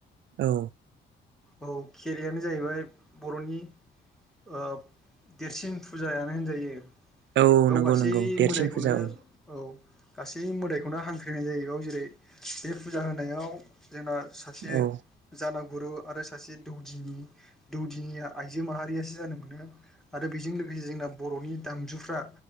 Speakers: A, on the right; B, in the centre.
A: औ।
B: औ खेरायानो जाहैबाय बर'नि ओ देरसिन फुजायानो होनजायो।
A: औ
B: बाव
A: नंगौ
B: गासै
A: नंगौ देरसिन
B: मोदायखौनो
A: फुजा औ
B: औ गासै मोदायखौनो हांख्रिनाय जायो बेयाव जेरै बे फुजा होनायाव जोंना सासे
A: औ
B: जानागुरु आरो सासे दौदिनि दौदिनिया आइजो माहारियासो जानो मोनो। आरो बेजों लोगोसे जोंना बर'नि दामजुफ्रा